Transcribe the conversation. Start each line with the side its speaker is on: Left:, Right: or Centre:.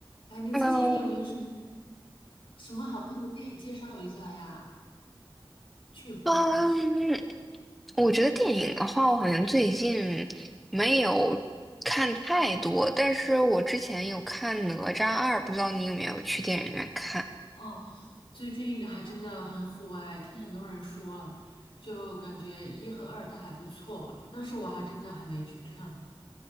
Left: 哎，你最近有没有什么
Centre: Hello，
Left: 什么好看的电影介绍一下呀？剧荒了
Centre: 嗯，我觉得电影的话，我好像最近没有看太多，但是我之前有看《哪吒二》，不知道你有没有去电影院看？
Left: 哦，最近还真的很火哎，听很多人说了，就感觉一和二都还不错，但是我还真的还没去看